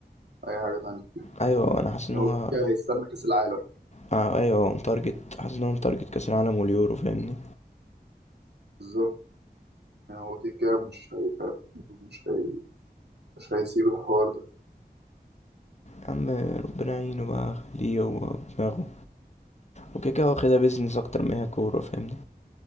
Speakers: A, on the right; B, on the left.
A: عن أي حاجة تانية
B: ايوه انا حاسس
A: يعني
B: ان هو
A: هو كده هيستنى كأس العالم
B: آه ايوه هو متارجت حاسس ان هو متارجت كاس العالم واليورو فاهمني
A: بالظبط يعني هو كده كده مش هيبقى مش هي... مش هيسيب الحوار ده
B: يا عم ربنا يعينه بقى خليه هو دماغه وكده كده واخدها بيزنس اكتر ما هي كوره فاهمني